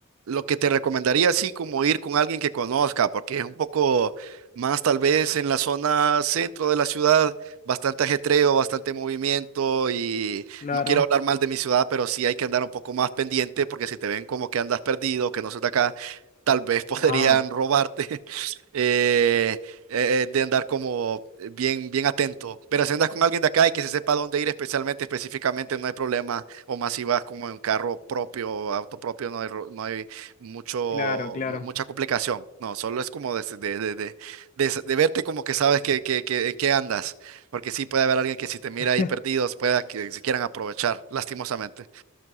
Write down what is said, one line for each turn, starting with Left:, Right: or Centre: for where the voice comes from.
Right: Lo que te recomendaría, así como ir con alguien que conozca, porque es un poco más tal vez en la zona centro de la ciudad, bastante ajetreo, bastante movimiento y
Left: Claro.
Right: no quiero hablar mal de mi ciudad, pero sí hay que andar un poco más pendiente porque si te ven como que andas perdido, que no sos de acá, tal vez podrían
Left: Ah,
Right: robarte. <laughs> Eh, eh, de andar como bien, bien atento. Pero si andas con alguien de acá y que se sepa dónde ir especialmente, específicamente, no hay problema. O más si vas como en carro propio, auto propio, no hay, ro- no hay mucho,
Left: claro, claro.
Right: mu- mucha complicación. No, solo es como de, de, de, de- de s- de verte como que sabes que, que, que, en qué andas. Porque sí puede haber alguien que si te mira
Left: <laughs>
Right: ahí perdidos, pueda que se quieran aprovechar, lastimosamente.